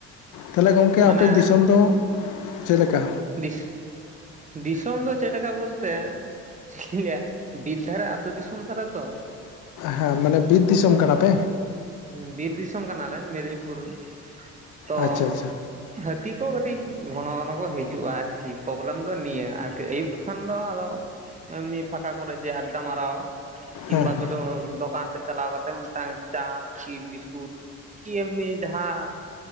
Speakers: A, on the left (about 80°); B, on the right (about 25°).
A: ᱛᱟᱦᱚᱞᱮ ᱜᱚᱝᱠᱮ ᱟᱯᱮ
B: ᱢᱟᱱᱮ
A: ᱫᱤᱥᱚᱢ ᱫᱚ ᱪᱮᱫᱮᱠᱟ?
B: ᱫᱤᱥ ᱫᱤᱥᱚᱢ ᱫᱚ ᱪᱮᱫ ᱞᱮᱠᱟ ᱵᱚᱞᱛᱮ ᱪᱮᱫ ᱤᱧᱧ ᱞᱟᱹᱭᱟ ᱵᱤᱨᱫᱷᱟᱨᱮ ᱟ ᱟᱹᱛᱳ ᱫᱤᱥᱚᱢ ᱛᱟᱞᱮ ᱛᱚ
A: ᱦᱮᱸ ᱢᱟᱱᱮ ᱵᱤᱨ ᱫᱤᱥᱚᱢ ᱠᱟᱱᱟ ᱯᱮ?
B: ᱦᱩᱸ ᱵᱤᱨ ᱫᱤᱥᱚᱢ ᱠᱟᱱᱟᱞᱮ ᱢᱮᱫᱽᱱᱤᱯᱩᱨ ᱛᱚᱻ
A: ᱟᱪᱪᱷᱟ ᱟᱪᱪᱷᱟ
B: ᱦᱟᱹᱛᱤ ᱠᱚ ᱠᱟᱹᱴᱤᱡ ᱜᱷᱚᱱᱚ ᱜᱷᱚᱱᱚ ᱠᱚ ᱦᱤᱡᱼᱼᱼ ᱦᱤᱡᱩᱜ-ᱟ ᱟᱨᱠᱤ, ᱯᱨᱚᱵᱞᱮᱢ ᱫᱚ ᱱᱤᱭᱟᱹ᱾ ᱟᱨᱠᱤ ᱟᱹᱭᱩᱵ ᱞᱮ ᱠᱷᱟᱱ ᱫᱚ ᱟᱫᱚ ᱮᱢᱱᱤ ᱯᱷᱟᱸᱠᱟ ᱠᱚᱨᱜ ᱡᱮᱹ ᱟᱰᱟ ᱢᱟᱨᱟᱣ ᱠᱤᱢᱵᱟ
A: ᱦᱮᱸ ᱦᱮᱸ
B: ᱫᱚᱻᱫᱚᱠᱟᱱ ᱥᱮᱫ ᱪᱟᱞᱟᱣ ᱠᱟᱛᱮᱫ ᱢᱤᱫᱴᱟᱝ ᱪᱟ ᱠᱤ ᱵᱤᱥᱠᱩᱴ ᱠᱤ ᱮᱢᱱᱤ ᱡᱟᱦᱟᱸ